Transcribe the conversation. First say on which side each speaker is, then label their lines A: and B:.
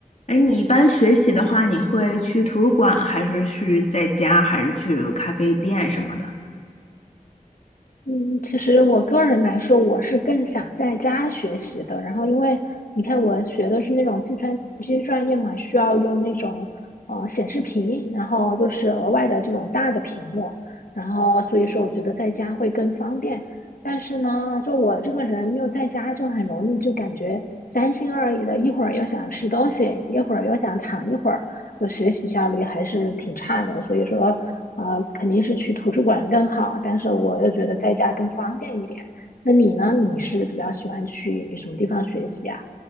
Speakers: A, on the left (about 50°); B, on the left (about 75°).
A: 哎，你一般学习的话，你会去图书馆，还是去在家，还是去咖啡店什么的？
B: 嗯，其实我个人来说，我是更想在家学习的。然后，因为你看，我学的是那种计算机专业嘛，需要用那种呃显示屏，然后就是额外的这种大的屏幕。然后，所以说我觉得在家会更方便。但是呢，就我这个人又在家就很容易就感觉三心二意的，一会儿又想吃东西，一会儿又想躺一会儿。就学习效率还是挺差的。所以说，呃，肯定是去图书馆更好，但是我又觉得在家更方便一点。那你呢？你是比较喜欢去什么地方学习啊？